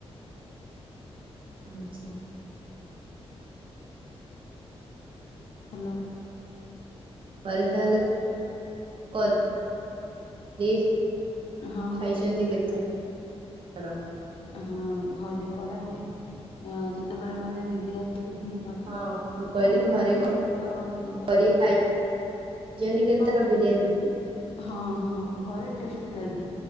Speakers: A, on the right; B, on the left.
A: ଆଚ୍ଛା।
B: ହାଲୋ।
A: ଘରେ ତାହେଲେ ପଦ୍ କି
B: ହଁ
A: ଖାଇଚନ୍ତି କେତେଥର?
B: ହଁ ଘରେ କରାହୁଏ ଯେତେବେଳେ ମାନେ ଦିଦି ଆସ୍ ଦିଦି ହିଁ କରେ
A: ହଁ
B: ତ
A: କହିଲି
B: ମୁଁ
A: ଘରେ
B: ଦେଖିଥିଲି
A: କ-
B: ତ ଯୋଉଟା
A: କରିକି ଖାଇଛନ୍ତି କେତେଥର
B: ହଁ ମୁଁ
A: ବିରିୟାନୀ?
B: ହଁ ହଁ ଘରେ ଟେଷ୍ଟି ଲାଗେ